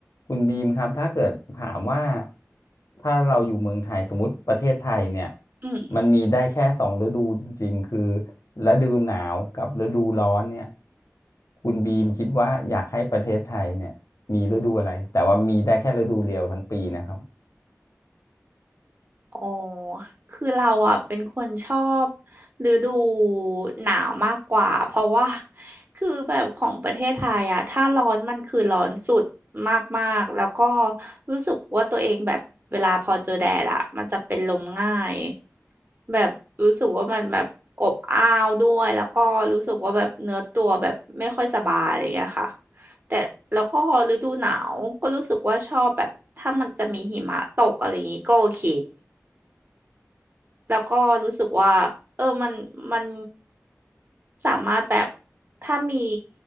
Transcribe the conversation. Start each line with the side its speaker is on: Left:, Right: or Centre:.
Left: คุณบีมครับถ้าเกิดถามว่าถ้าเราอยู่เมืองไทยสมมติประเทศไทยเนี่ย
Right: อืม
Left: มันมีได้แค่สองฤดูจริงๆคือฤดูหนาวกับฤดูร้อนเนี่ยคุณบีมคิดว่าอยากให้ประเทศไทยเนี่ยมีฤดูอะไรแต่ว่ามีได้แค่ฤดูเดียวทั้งปีนะครับ
Right: อ๋อ คือเราอ่ะเป็นคนชอบฤดูหนาวมากกว่า เพราะว่าคือแบบของประเทศไทยอ่ะถ้าร้อนมันคือร้อนสุดมากๆแล้วก็รู้สึกว่าตัวเองแบบเวลาพอเจอแดดอ่ะมันจะเป็นลมง่าย แบบรู้สึกว่ามันแบบอบอ้าวด้วยแล้วก็รู้สึกว่าแบบเนื้อตัวแบบไม่ค่อยสบายอะไรอย่างเงี้ยค่ะแต่แล้วก็ฤดูหนาวก็รู้สึกว่าชอบแบบถ้ามันจะมีหิมะตกอะไรอย่างงี้ก็โอเคแล้วก็รู้สึกว่าเออมันมันสามารถแบบถ้ามี